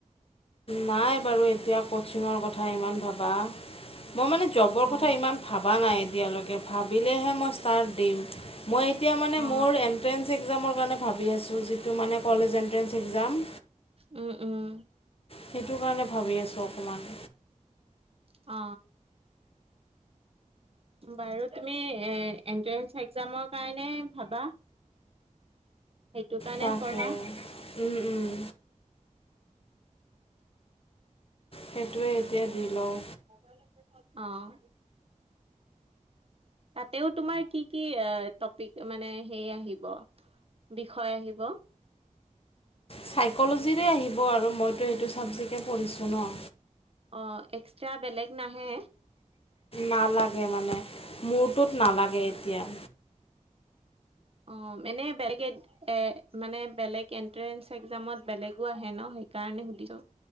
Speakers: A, on the left; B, on the right.
A: নাই বাৰু এতিয়া কচিঙৰ কথা ইমান ভাবা। মই মানে জবৰ
B: অ
A: কথা ইমান ভাবা নাই এতিয়ালৈকে ভাবিলেহে মই স্তাৰ্ত দিম। মই এতিয়া মানে
B: অ
A: মোৰ এণ্ট্ৰেঞ্চ এক্সামৰ কাৰণে ভাবি আছোঁ, যিটো মানে কলেজ এণ্ট্ৰেন্স এক্সাম।
B: উম, উম।
A: সেইটো কাৰণে ভাবি আছোঁ অকমান।
B: অ। বাৰু তুমি এ এন্ট্ৰেস এক্জামৰ কাৰণে ভাবা? সেইটো কাৰণে
A: তাকে।
B: পঢ়া
A: উম', উম, সেইটোৱে, এতিয়া দি লওঁ।
B: অ'। তাতেও তোমাৰ কি কি এ টপিক মানে হে আহিব? বিষয় আহিব।
A: চাইক'ল'জিৰে আহিব আৰু মইতো সেইটো ছাবজেক্টে পঢ়িছোঁ ন'।
B: অঁ', এক্সট্ৰা বেলেগ নাহে?
A: নালাগে মানে, মোৰটোত নালাগে এতিয়া।
B: অ', এনেই বেলেগে এ মানে বেলেগ এণ্ট্ৰেঞ্চ একজামত বেলেগো আহে ন', সেইকাৰণে সুধিছোঁ।